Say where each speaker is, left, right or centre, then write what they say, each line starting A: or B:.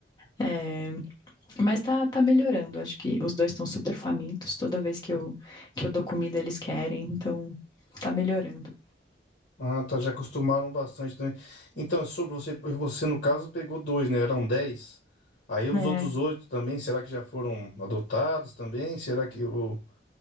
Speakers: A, on the left; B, on the left.
A: é, mas tá, tá melhorando. Acho que os dois estão super famintos. Toda vez que eu, que eu dou comida, eles querem. Então, tá melhorando.
B: Ah, tá, já acostumaram bastante também. Então, é sobre você, você no caso pegou dois, né? Eram dez. Aí os
A: É.
B: outros oito também, será que já foram adotados também? Será que ou,